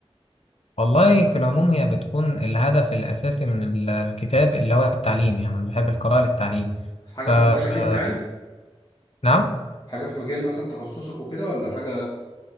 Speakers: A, on the left; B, on the left.
A: والله في العموم هي بتكون الهدف الأساسي من ال- الكتاب اللي هو التعليم يعني أنا بحب القراءة للتعليم
B: حاجه
A: ف آه،
B: في مجالك انت يعني
A: نعم
B: حاجه في مجال مثلا تخصصك وكده ولا حاجه